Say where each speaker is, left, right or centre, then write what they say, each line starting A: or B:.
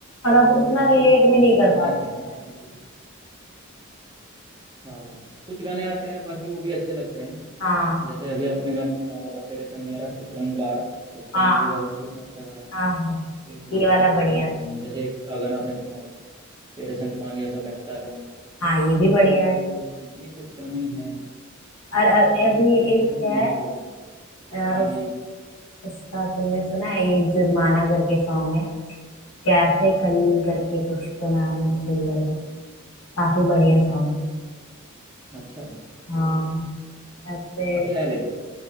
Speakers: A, on the left; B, on the right.
A: और अब
B: तो
A: उतना
B: ये
A: रिलेट
B: थोड़ी
A: भी नहीं
B: सी
A: कर
B: चीज़ें
A: पाते
B: हैं
A: हैं
B: अभी हाँ कुछ गाने आते हैं बाकी वो भी अच्छे लगते हैं
A: हाँ
B: जैसे अभी आपने गाना सुना होगा तेरे संग यारा खुश रंग बारा उस तो
A: हाँ
B: मूवी का गाना कितना अच्छा गाना है
A: हाँ हाँ
B: तो
A: ये वाला बढ़िया
B: कहीं ना कहीं
A: था
B: जैसे एक गाना आपने सुना होगा तेरे संग पानियों सा बहता रहूं
A: हाँ ये
B: तो
A: भी बढ़िया है
B: ये कुछ गाने हैं
A: और अ-
B: ये
A: अभी
B: कुछ गाने
A: एक
B: हैं जो
A: है
B: मुझे बहुत बहुत
A: अ,
B: ही
A: उस, उसका तुमने सुना है ये जुर्माना करके सॉन्ग है कैफे खलील करके कुछ तो नाम है सिंगर का काफी बढ़िया सॉन्ग है
B: अच्छा
A: हाँ ऐसे
B: अभी आया लेटेस्ट